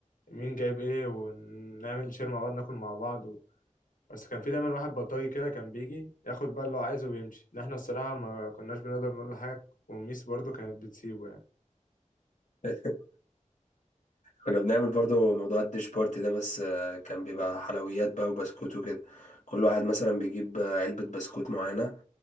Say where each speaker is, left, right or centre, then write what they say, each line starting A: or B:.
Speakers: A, on the left; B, on the left.
A: مين جايب إيه ونعمل شير مع بعض ناكل مع بعض بس كان في دايما واحد بلطجي كده كان بيجي ياخد بقى اللي هو عايزه ويمشي ده احنا الصراحة ما كناش بنقدر نقول له حاجة والميس برضو كانت بتسيبه يعني
B: <laughs> كنا بنعمل برضو موضوع الديش بارتي ده بس آه، كان بيبقى حلويات بقى وبسكوت وكده كل واحد مثلا بيجيب آه، علبة بسكوت معينة